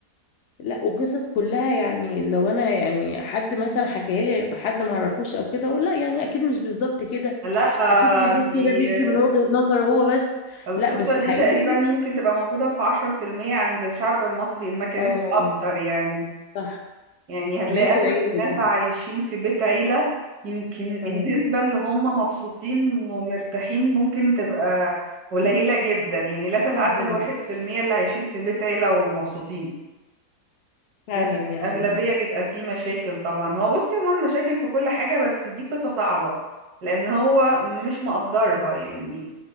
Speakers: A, on the left; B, on the right.
A: لا وقصص كلها
B: مم.
A: يعني لو انا يعني حد مثلا حكاها لي حد ما اعرفوش او كده اقول لا يعني اكيد مش بالظبط كده
B: لا
A: اكيد اللي بيحكي
B: آه، دي
A: ده بيحكي
B: آه،
A: من وجهة نظره هو بس
B: القصة
A: لا بس
B: دي
A: حقيقي
B: تقريبا ممكن تبقى موجودة في عشرة في المية عند الشعب المصري إن ما كانتش
A: اه
B: أكتر يعني
A: صح
B: يعني هتلاقي
A: بيوت
B: أغلب
A: العيلة
B: الناس
A: دي
B: عايشين في بيت عيلة يمكن النسبة
A: آه.
B: اللي هم مبسوطين ومرتاحين ممكن تبقى قليلة جدا يعني لا تتعدى
A: جدا
B: الواحد في المية اللي عايشين في بيت عيلة ومبسوطين
A: فعلا
B: لكن
A: يعني
B: الأغلبية بيبقى فيه مشاكل طبعا هو بص يا مان مشاكل في كل حاجة بس دي قصة صعبة لأن هو مش مقدرها يعني